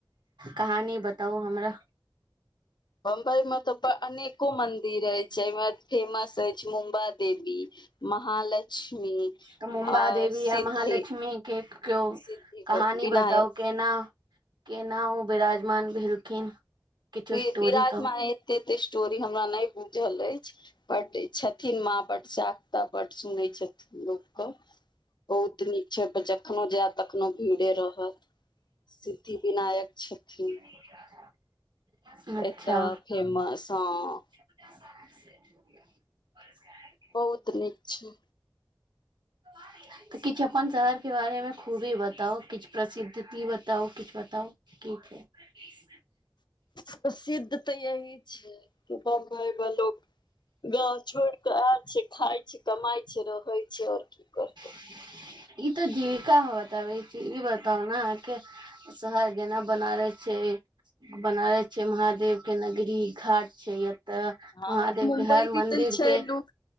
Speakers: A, on the right (about 65°); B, on the left (about 65°).
A: कहानी बताउ हमरा।
B: बम्बई में तऽ अनेको मंदिर अछि जामे फेमस अछि मुम्बा देवी महालक्ष्मी
A: तऽ मुंम्बा
B: आओर
A: देवी
B: सिद्धि
A: आ महालक्ष्मी के कोनो
B: सिद्धि
A: कहानी
B: विनायक
A: बताउ केना केना ओ बिराजमान भेलखिन किछो
B: विराजमन
A: स्टोरी कहू
B: एतेत स्टोरी हमरा नहि बुझल अछि। बड छथिन माँ बड साकता बड सुनै छथिन। लोकके बहुत निक छै। पर जखनो जायब तखनो भीड़े रहत सिद्धि विनायक छथिन।
A: <inaudible> अच्छा
B: एतऽ फेमस हाॅं।
A: <unintelligible>
B: बहुत नीक छै।
A: <unintelligible> तऽ किछ अपन शहर केँ बारे में खूबी बताउ किछ प्रसिद्ध ती तउ किछ बताउ की छै। <inaudible>
B: प्रसिद्ध तऽ अही छै <inaudible> बम्बई में लोक गाव छोड़ कऽ ऐल अछि खाय छि कमाय छि रहे छिय और की करतै
A: <inaudible> ई तऽ जीविका अहाॅं बताबय अछि ई बताउ ने अहाॅंकेँ शहर जेना बनारस छै। बनारस छै महादेव केँ नगरी घाट छै। एतऽ
B: हँ
A: महादेव
B: मुम्बई
A: के हर
B: भी
A: मंदिर
B: तऽ छै
A: के
B: लोक